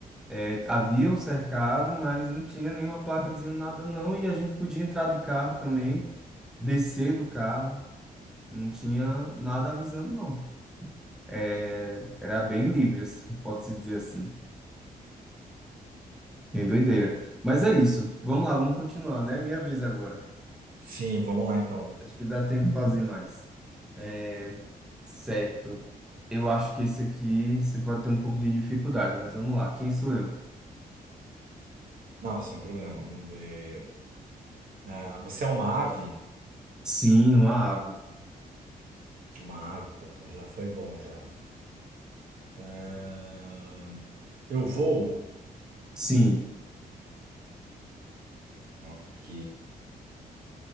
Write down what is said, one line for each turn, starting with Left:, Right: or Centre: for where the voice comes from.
Centre: é, havia o cercado, mas não tinha nenhuma placa dizendo nada, não. E a gente podia entrar de carro também, descer do carro, não tinha nada avisando, não. É, era bem livre, assim, <laughs> pode-se dizer assim. Tem doideira. Mas é isso. Vamos lá, vamos continuar, né? É Minha vez agora.
Right: sim, vamos lá então.
Centre: Acho que dá tempo de fazer mais. É, Certo. Eu acho que esse aqui você pode ter um pouco de dificuldade, mas vamos lá. Quem sou eu?
Right: Não, sem problema, vamos ver. Ah, você é uma ave?
Centre: Sim, uma ave.
Right: Uma ave, pô, então já foi bom já. Ah, eu vou.
Centre: Sim.
Right: Ok.